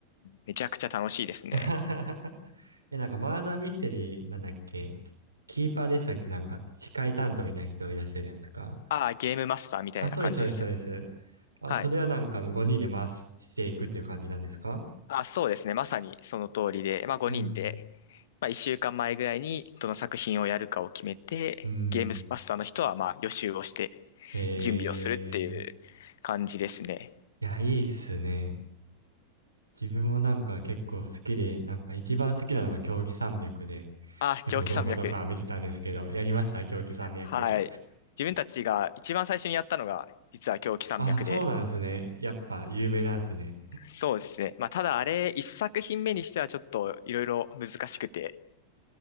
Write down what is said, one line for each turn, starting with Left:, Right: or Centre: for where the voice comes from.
Left: めちゃくちゃ楽しいですね。
Right: <laughs> え、なんかマーダーミステリーなんだっけキーパーでしたっけなんか、司会担当みたいな人いらっしゃるじゃないですか。
Left: ああ、ゲームマスターみたいな感じですよね。
Right: あ、そうです、そうです、そうです。あ、
Left: はい。
Right: それはなんか5人で回していくっていう感じなんですか
Left: あ、そうですね。まさにその通りで、まあ5人で、
Right: うん。
Left: まあ1週間前ぐらいにどの作品をやるかを決めて、
Right: うん。
Left: ゲームマスターの人はまあ予習をして
Right: ええ
Left: 準備をするっていう感じですね。
Right: いや、いいっすね。自分もなんか結構好きで、なんか一番好きなのが競技山脈で、
Left: あ、
Right: 結構動画とか見てたんですけど、
Left: 狂気山脈。
Right: やりました競技山脈。
Left: はい。自分たちが一番最初にやったのが実は狂気山脈で、
Right: あ、そうなんですね。やっぱ有名なんですね。
Left: そうですね。まあただあれ、1作品目にしてはちょっといろいろ難しくて、